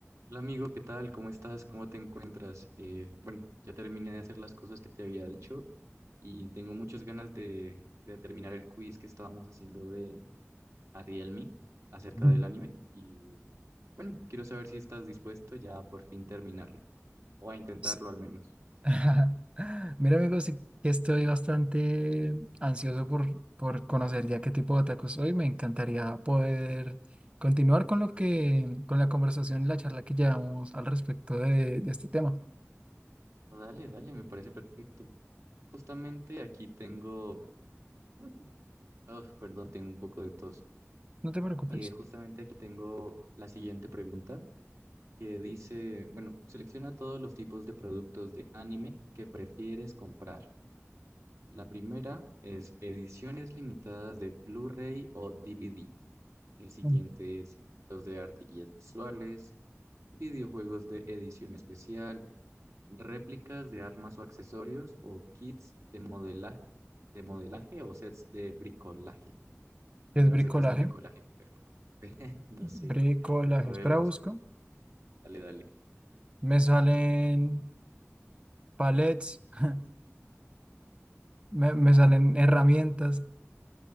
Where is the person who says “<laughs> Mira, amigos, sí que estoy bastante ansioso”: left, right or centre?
Right